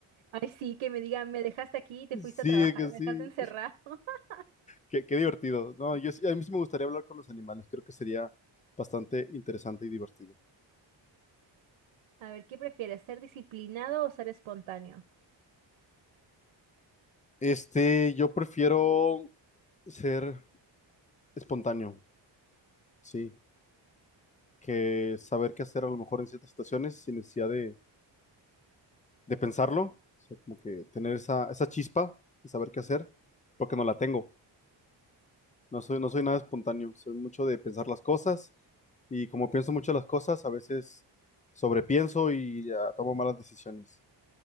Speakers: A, on the right; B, on the left.
A: Ay, sí, que me digan, me dejaste aquí y te fuiste
B: Sí,
A: a trabajar,
B: que
A: me
B: sí.
A: dejaste encerrado. <laughs>
B: Qué, qué divertido. No, yo sí- a mí sí me gustaría hablar con los animales. Creo que sería bastante interesante y divertido.
A: A ver, ¿qué prefieres, ser disciplinado o ser espontáneo?
B: Este, yo prefiero ser espontáneo, sí, que saber qué hacer a lo mejor en ciertas situaciones sin necesidad de, de pensarlo. O sea, como que tener esa, esa chispa y saber qué hacer, porque no la tengo. No soy, no soy nada espontáneo, soy mucho de pensar las cosas y como pienso mucho las cosas, a veces sobrepienso y ya, tomo malas decisiones.